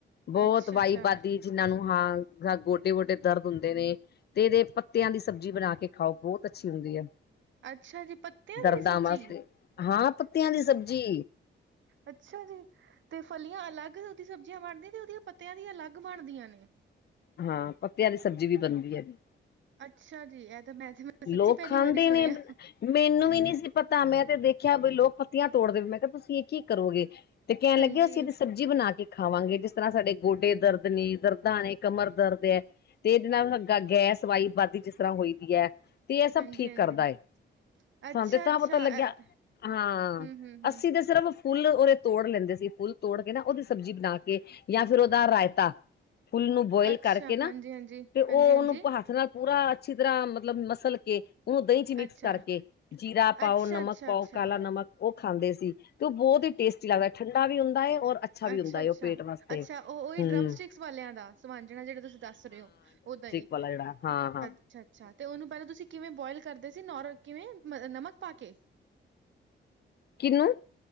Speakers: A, on the left; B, on the right.
A: ਬਹੁਤ
B: ਅੱਛਾ-ਅੱਛਾ,
A: ਵਾਈਬਾਦੀ
B: ਅੱਛਾ
A: ਜਿਹਨਾਂ ਨੂੰ ਹਾਂ। ਗੋਡੇ-ਗੋਡੇ ਦਰਦ ਹੁੰਦੇ ਨੇ। ਤੇ ਇਹਦੇ ਪੱਤਿਆਂ ਦੀ ਸਬਜ਼ੀ ਬਣਾ ਕੇ ਖਾਓ। ਬਹੁਤ ਅੱਛੀ ਹੁੰਦੀ ਏ।
B: ਅੱਛਾ, ਅੱਛਾ ਜੀ ਪੱਤਿਆਂ
A: ਦਰਦਾਂ
B: ਦੀ ਵੀ ਸਬਜ਼ੀ?
A: ਵਾਸਤੇ, ਹਾਂ ਪੱਤਿਆਂ ਦੀ ਸਬਜ਼ੀ
B: ਅੱਛਾ ਜੀ, ਤੇ ਫਲੀਆਂ ਅਲੱਗ ਉਹਦੀ ਸਬਜ਼ੀਆਂ ਬਣਦੀਆਂ ਤੇ ਉਹਦੀਆਂ ਪੱਤਿਆਂ ਦੀ ਅਲੱਗ ਬਣਦੀਆਂ ਨੇ।
A: ਹਾਂ, ਪੱਤਿਆ ਦੀ ਸਬਜ਼ੀ ਵੀ ਬਣਦੀ ਹੈ ਜੀ।
B: ਅੱਛਾ ਜੀ, ਇਹ ਤਾਂ ਮੈਂ ਤੇ ਮੈਂ ਸੱਚੀ
A: ਲੋਕ
B: ਪਹਿਲੀ
A: ਖਾਂਦੇ
B: ਵਾਰੀ ਸੁਣਿਆ।
A: ਨੇ ਮੈਨੂੰ ਵੀ ਨਹੀਂ? ਸੀ ਪਤਾ ਮੈਂ ਤੇ ਦੇਖਿਆ, ਵੀ ਲੋਕ ਪੱਤੀਆਂ ਤੋੜਦੇ ਮੈਂ ਕਿਹਾ, ਤੁਸੀਂ ਇਹ ਕੀ ਕਰੋਗੇ। ਤੇ ਕਹਿਣ
B: ਹਾਂਜੀ,
A: ਲੱਗੇ, ਅਸੀਂ ਏਦੀ ਸਬਜੀ ਸਬਜੀ ਬਣਾ ਕੇ ਖਾਵਾਂਗੇ, ਜਿਸ ਤਰ੍ਹਾਂ ਸਾਡੇ ਗੋਡੇ ਦਰਦ ਨੇ ਦਰਦਾਂ ਨੇ ਕਮਰ ਦਰਦ ਏ। ਤੇ ਇਹਦੇ ਨਾਲ ਗ ਗੈਸ, ਵਈ ਵੱਦੀ ਜਿਸ ਤਰ੍ਹਾਂ ਹੋਈ ਵੀ ਹੈ, ਤੇ ਇਹ ਸਭ
B: ਹਾਂਜੀ-ਹਾਂਜੀ।
A: ਠੀਕ ਕਰਦਾ ਹੈ।
B: ਅੱਛਾ-ਅੱਛਾ
A: ਸਾਨੂੰ ਤੇ ਤਾਂ ਪਤਾ ਲੱਗਿਆ
B: ਐ ਤੇ
A: ਹਾਂ।
B: ਹੂੰ-ਹੂੰ-ਹੂੰ,
A: ਅੱਸੀ ਤੇ ਸਿਰਫ ਫੁੱਲ ਉਹਰੇ ਤੋੜ ਲੈਂਦੇ ਸੀ। ਫੁੱਲ ਤੋੜ ਕੇ ਨਾ ਉਹਦੀ ਸਬਜ਼ੀ ਬਣਾ ਕੇ ਜਾਂ ਫਿਰ ਉਹਦਾ ਰਾਇਤਾ ਫੁੱਲ ਨੂੰ ਬੋਇਲ
B: ਅੱਛਾ
A: ਕਰਕੇ ਨਾ,
B: ਹਾਂਜੀ-ਹਾਂਜੀ,
A: ਤੇ ਉਹ
B: ਹਾਂਜੀ-ਹਾਂਜੀ,
A: ਉਹਨੂੰ ਹੱਥ ਨਾਲ ਪੂਰਾ ਅੱਛੀ ਤਰ੍ਹਾਂ ਮਤਲਬ ਮਸਲ ਕੇ ਉਹਨੂੰ ਦਹੀਂ ਚ ਮਿਕਸ
B: ਅੱਛਾ।
A: ਕਰਕੇ ਜੀਰਾ, ਪਾਓ
B: ਅੱਛਾ-ਅੱਛਾ-ਅੱਛਾ,
A: ਨਮਕ, ਪਾਓ ਕਾਲਾ, ਨਮਕ ਉਹ ਖਾਂਦੇ ਸੀ। ਤੇ ਉਹ ਬਹੁਤ ਹੀ ਟੇਸਟੀ ਲਗਦਾ ਠੰਡਾ ਵੀ ਹੁੰਦਾ ਹੈ, ਔਰ ਵੀ
B: ਅੱਛਾ,
A: ਹੁੰਦਾ
B: ਅੱਛਾ-ਅੱਛਾ,
A: ਹੈ ਉਹ ਪੇਟ ਵਾਸਤੇ
B: ਉਹ ਉਹਹੀ
A: ਹਮ
B: ਡਰਮ ਸਟਿਕਸ ਵਾਲਿਆਂ ਦਾ ਸਮਾਂਜਣਾ ਜਿਹੜਾ ਤੁਸੀਂ ਦੱਸ ਰਹੇ ਹੋ। ਉਹਦਾ ਹੀ
A: <inaudible> ਹਾਂ-ਹਾਂ।
B: ਅੱਛਾ-ਅੱਛਾ, ਤੇ ਉਹਨੂੰ ਪਹਿਲਾਂ ਤੁਸੀਂ ਕਿਵੇਂ ਬੋਇਲ ਕਰਦੇ ਸੀ, ਨਰ ਕਿਵੇਂ ਨਮਕ ਪਾ ਕੇ?
A: ਕੀਨੂੰ?